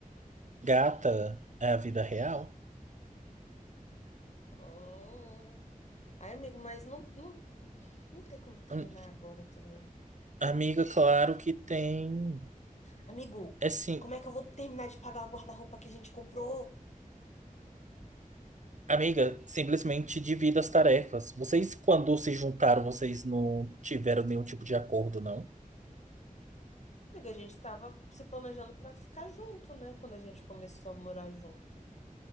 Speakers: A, on the right; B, on the left.
A: Gata é a vida real?
B: Oh. Ai, amigo, mas não, não, não tem como terminar
A: Hum,
B: agora também.
A: Amiga, claro que tem.
B: Amigo,
A: É sim.
B: como é que eu vou terminar de pagar o guarda-roupa que a gente comprou?
A: Amiga, simplesmente divida as tarefas. Vocês, quando se juntaram, vocês não tiveram nenhum tipo de acordo, não?
B: Amiga, a gente tava se planejando pra ficar junto, né? Quando a gente começou a morar junto.